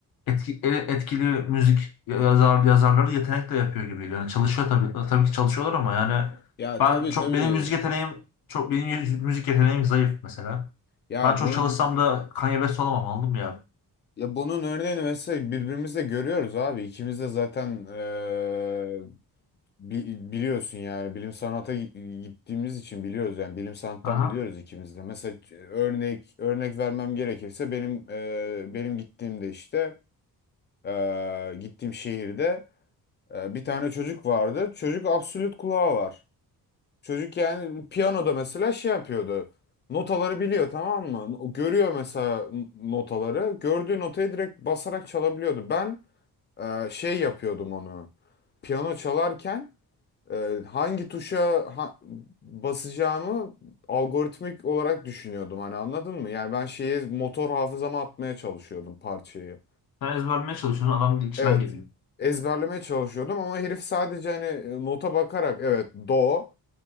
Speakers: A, on the left; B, on the left.
A: etki, e- etkili müzik yazar, yazarları yetenekle yapıyor gibi geliyor. Yani çalışıyor tabii, tabii ki çalışıyorlar ama yani
B: Ya
A: ben
B: tabii
A: çok
B: tabii.
A: benim müzik yeteneğim çok benim yüz- müzik yeteneğim zayıf mesela.
B: Ya
A: Ben çok
B: bunun
A: çalışsam da Kanye West olamam anladın mı ya?
B: Ya bunun örneğini mesela birbirimizle görüyoruz abi. İkimiz de zaten eee, bi- biliyorsun yani bilim sanata gi- gittiğimiz için biliyoruz yani bilim sanattan
A: Aha.
B: biliyoruz ikimiz de. Mesela c- örnek örnek vermem gerekirse benim eee, benim gittiğimde işte eee, gittiğim şehirde eee, bir tane çocuk vardı. Çocuk absolut kulağı var. Çocuk yani piyanoda mesela şey yapıyordu. Notaları biliyor tamam mı? O Görüyor mesela n- notaları. Gördüğü notayı direkt basarak çalabiliyordu. Ben e, şey yapıyordum onu. Piyano çalarken e, hangi tuşa ha- basacağımı algoritmik olarak düşünüyordum. Hani anladın mı? Yani ben şeyi motor hafızama atmaya çalışıyordum parçayı.
A: Sen ezberlemeye çalışıyorsun adam içinden
B: Evet.
A: geliyor.
B: Ezberlemeye çalışıyordum ama herif sadece hani e, nota bakarak evet do